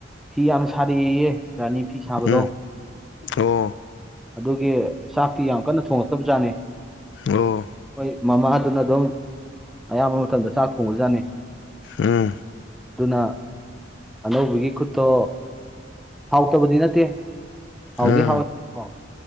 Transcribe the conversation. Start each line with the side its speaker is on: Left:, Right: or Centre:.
Centre: ꯐꯤ ꯌꯥꯝ ꯁꯥꯔꯛꯑꯦꯌꯦ ꯔꯥꯅꯤ ꯐꯤ ꯁꯥꯕꯗꯣ
Left: ꯎꯝ ꯑꯣ
Centre: ꯑꯗꯨꯒꯤ ꯆꯥꯛꯇꯤ ꯌꯥꯝ ꯀꯟꯅ ꯊꯣꯡꯉꯛꯇꯕꯖꯥꯠꯅꯤ
Left: ꯑꯣ
Centre: ꯍꯣꯏ ꯃꯃꯥꯗꯨꯅ ꯑꯗꯨꯝ ꯑꯌꯥꯝꯕ ꯃꯇꯝꯗ ꯆꯥꯛ ꯊꯣꯡꯕꯖꯥꯠꯅꯤ
Left: ꯎꯝ
Centre: ꯑꯗꯨꯅ ꯑꯅꯧꯕꯒꯤ ꯈꯨꯠꯇꯣ ꯍꯥꯎꯇꯕꯗꯤ ꯅꯠꯇꯦ ꯍꯥꯎꯗꯤ
Left: ꯎꯝ
Centre: ꯍꯥꯎꯋꯦꯕꯀꫭ